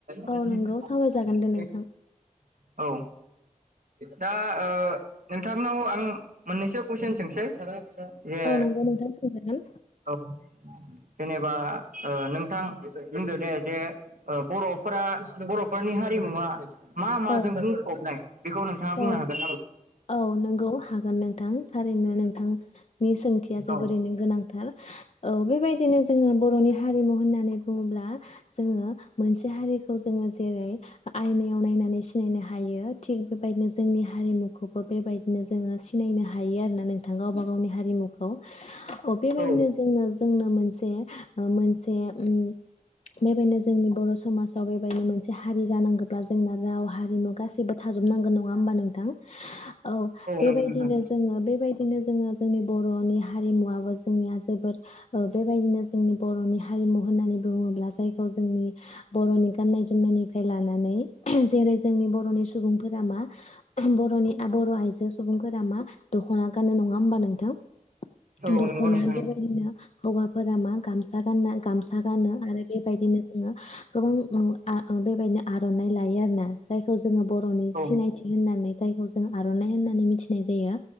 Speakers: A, on the right (about 80°); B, on the left (about 55°).
A: <unintelligible> औ
B: औ नंगौ सावरायजागोन दे नोंथां
A: दा नोंथांनाव आं मोननैसो कुइसन सोंसै जे
B: औ नंगौ नोंथां सोंजागोन
A: ओ जेनेबा ओ नोंथां बुंदो दे जे बर'फोरा बर'फोरनि हारिमुवा मा माजों
B: औ
A: बुंफबनाय? बेखौ नोंथाङा बुंनो
B: औ
A: हागोन नामा
B: औ नंगौ हागोन नोंथां थारैनो नोंथां नि सोंथिया जोबोरैनो
A: औ
B: गोनांथार औ बेबायदिनो जोङो बर'नि हारिमु होननानै बुङोब्ला जोङो मोनसे हारिखौ जोङो जेरै आयनायाव नायनानै सिनायनो हायो थिग बेबायदिनो जोंनि हारिमुखौबो बेबायदिनो जोङो सिनायनो हायो आरोना नोंथां गावबा गावनि हारिमुखौ अ बेबायदिनो
A: औ
B: जोंनो जोंनो मोनसे मोनसे उम बेबायनो जोंनि बर' समाज साव बेबायदिनो मोनसे हारि जानांगौब्ला जोंना राव हारिमु गासैबो थाजोबनांगोन नङा होमबा नोंथां औ बेबायदिनो
A: नंगौ नोंथां
B: जोङो बेबायदि नो जोङो जोंनि बर'नि हारिमुवाबबो जोंनिया जोबोर बेबायदिनो जोंनि बर'नि हारिमु होननानै बुङोब्ला जायखौ जोंनि बर'नि गाननाय जोमनायनिफ्राय लानानै जेरै जोंनि बर'नि सुबुं फोरख मा बर'नि बर' आइजो सुबुंफोरा मा दख'ना गाननो नङा होमबा नोंथां
A: <unintelligible>
B: दख'ना
A: नोंथां
B: बेबायदिनो हौवाफोरा मा गामसा गानना गामसा गानो आरो बेबायदिनो जों ङो गोबां उम आं बेबायदिनो आर'नाइ लायो आरोना जायखौ जोङो बर'नि
A: औ
B: सिनायथि होननानै जायखौ जों आर'नाइ होननानै मिथिनाय जायो